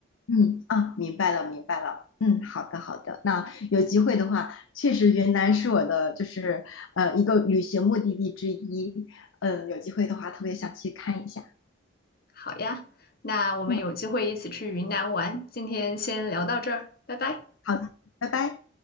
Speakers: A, on the left; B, on the left.
A: 嗯，啊，明白了，明白了。嗯，好的，好的。那有机会的话，确实云南是我的就是呃一个旅行目的地之一。嗯，有机会的话，特别想去看一下。
B: 好呀，那我们有机会一起去云南玩，
A: 嗯，
B: 今天先聊到这儿，拜拜。
A: 好的，拜拜。